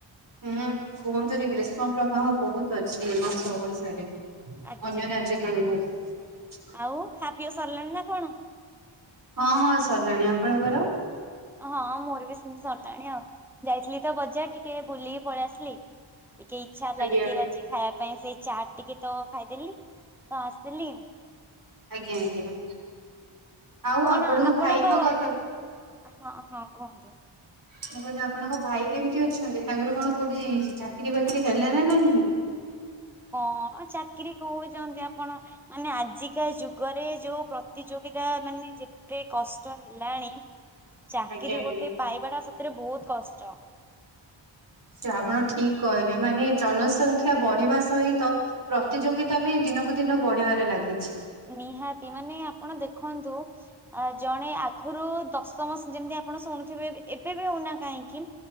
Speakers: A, on the right; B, in the centre.
A: ହୁଁ କୁହନ୍ତୁନି ଗ୍ରୀଷ୍ମ ପ୍ରବାହ ବହୁତ ଅଛି ଏ ବର୍ଷ ଓଡିଶାରେ
B: ଆଜ୍ଞା
A: ଅନ୍ୟ ରାଜ୍ୟ ତୁଳନା ରେ
B: ଆଉ ଖା ପିଅ ସରିଲାଣି ନା କଣ
A: ହଁ ହଁ ସଲାଲାଣି ଆପଣଙ୍କର
B: ହଁ ମୋର ବି ସେମିତି ସରିଲାଣି ଆଉ ଯାଇଥିଲି ତ ବଜାର ଟିକେ ଟିକେ ବୁଲିକି ପଳେଇ ଆସିଲି ଟିକେ ଇଚ୍ଛା ହେଲା
A: ଆଜ୍ଞା।
B: ଟିକେ ଆଜି ଖାଇବା ପାଇଁ ସେଇ ଚାଟ ଟିକେ ତ ଖାଇଦେଲି ତ ଆସଥିଲି
A: ଆଜ୍ଞା ଆଜ୍ଞା ଆଉ
B: କଣ ଆପଣଙ୍କ
A: ଭାଇଙ୍କ କଥା
B: ହଁ ହଁ କୁହନ୍ତୁ
A: ମୁଁ କହିଲି ଆପଣଙ୍କ ଭାଇ କେମିତି ଅଛନ୍ତି, ତାଙ୍କର କଣ କୋଉଠି ଚାକିରି ବାକିରି ହେଲା ନା ନାହିଁ?
B: କଣ ଚାକିରି କହୁଛନ୍ତି ଆପଣ ମାନେ ଆଜିକା ଯୁଗରେ ଯୋଉ ପ୍ରତିଯୋଗିତା ମାନେ ଯେ, ଏତେ କଷ୍ଟ ହେଲାଣି ଚାକିରି
A: ଆଜ୍ଞା ଆଜ୍ଞା।
B: ଗୋଟେ ପାଇବାଟା ସତରେ ବହୁତ କଷ୍ଟ
A: ସେ ଆପଣ ଠିକ କହିଲେ ମାନେ ଜନସଂଖ୍ୟା ବଢିବା ସହିତ ପ୍ରତିଯୋଗିତା ବି ଦିନକୁ ଦିନ ବଢିବାରେ ଲାଗିଛି।
B: ନିହାତି ମାନେ ଆପଣ ଦେଖନ୍ତୁ ଆ ଜଣେ ଆଗରୁ ଦଶମ ଯେମିତି ଆପଣ ଶୁଣୁଥିବେ ଏବେ ବି ହଉନା କାହିଁକି